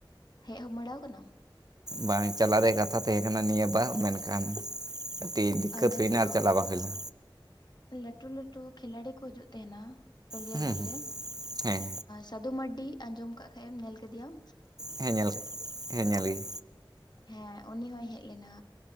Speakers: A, on the left; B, on the right.
A: ᱦᱮᱡ ᱦᱚ ᱵᱟᱲᱟᱟᱣ ᱟᱠᱟᱱᱟ
B: ᱵᱟᱝ ᱪᱟᱞᱟᱜ ᱨᱮᱭᱟᱜ ᱠᱟᱛᱷᱟ ᱛᱟᱦᱮᱸ ᱠᱟᱱᱟ ᱱᱤᱭᱟᱹ ᱵᱟᱝᱟᱨ ᱢᱮᱱᱠᱷᱟᱱ ᱠᱟᱹᱴᱤᱡ ᱫᱤᱠᱠᱛ
A: ᱚᱸᱰᱮ
B: ᱦᱩᱭᱱᱟ
A: ᱫᱚ
B: ᱟᱨ ᱪᱟᱞᱟᱣ ᱵᱟᱝ ᱦᱩᱭᱱᱟ
A: ᱞᱟᱹᱴᱩ ᱞᱟᱹᱴᱩ ᱠᱷᱮᱤᱞᱟᱲᱤ ᱠᱚ ᱦᱤᱡᱩᱜ ᱛᱟᱦᱮᱱᱟ ᱯᱞᱮᱭᱟᱨ
B: ᱦᱩᱸ
A: ᱵᱚᱞᱮ
B: ᱦᱩᱸ ᱦᱮᱸ
A: ᱥᱟᱫᱩ ᱢᱟᱨᱰᱤ ᱟᱸᱡᱚᱢ ᱠᱟᱜ ᱠᱷᱟᱱ ᱮᱢ ᱧᱮᱞ ᱠᱮᱫᱮᱟᱢ
B: ᱦᱮᱸᱧᱮᱞ ᱦᱮᱸᱧᱮᱞ ᱜᱮ
A: ᱦᱮᱸ ᱩᱱᱤ ᱦᱚᱭ ᱦᱮᱡ ᱞᱮᱱᱟ